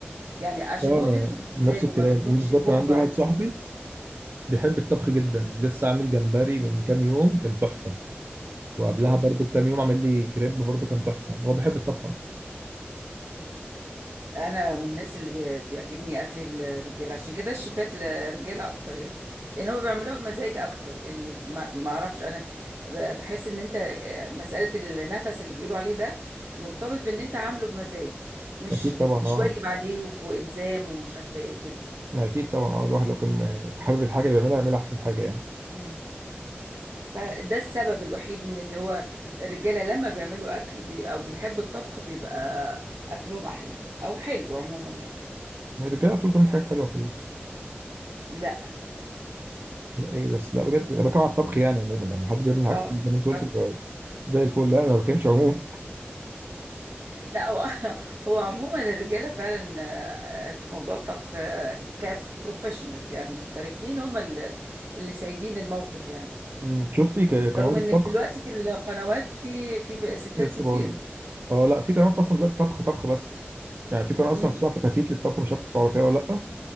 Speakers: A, on the right; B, on the right.
A: يعني عشان
B: اه
A: هو
B: انا
A: بيدخل بمزاجه
B: نفس الكلام
A: ما بيكونش
B: بالظبط
A: مجبر
B: انا عندي واحد
A: انه
B: صاحبي بيحب الطبخ جدا لسه عامل جمبري من كام يوم كان تحفه وقبلها
A: اوف
B: برضو بكام يوم عمل لي كريب برضو كان تحفه هو بيحب الطبخ اصلا
A: انا من الناس اللي بي- بيعجبني اكل الرجاله عشان كده الشيفات الرجاله اكتر يعني لان هم بيعملوها بمزاج اكتر يعني ما ما اعرفش انا ب- بحس ان انت آه، مساله النفس اللي بيقولوا عليه ده مرتبط بان انت عامله بمزاج مش
B: اكيد طبعا
A: مش
B: اه
A: واجب عليه وك- والزام ومش عارفه ايه وكده
B: ما اكيد طبعا اه الواحد لو كان حابب الحاجه اللي بيعملها يعملها احسن حاجه يعني
A: مم. فده السبب الوحيد ان اللي هو الرجاله لما بيعملوا اكل بي او بيحبوا الطبخ بيبقى اكلهم احلى او حلو عموما يعني
B: يعني الرجاله طول بتعمل حاجات حلوه كلها
A: لا
B: لا ايه بس لا بجد انا بتكلم على الطبخ يعني عموما لما حد بيعمل حاجه
A: اه
B: زي
A: افتكرت
B: ما انت قلت بيبقى زي الفل لا انا ما بتكلمش عموما
A: لا هو <laughs> هو عموما الرجاله فعلا آه، في موضوع الطبخ آه، كبروفيشنال يعني محترفين هم اللي اللي سايدين الموقف يعني
B: أمم، شفتي ك-
A: رغم
B: قنوات
A: ان
B: الطبخ
A: في دلوقتي في القنوات في في بقى ستات
B: لسه
A: كتير
B: بقول لك اه لا في قنوات اصلا دلوقتي طبخ طبخ بس يعني في قناه اصلا
A: امم
B: اسمها فتافيت للطبخ مش عارف تعرفيها ولا لا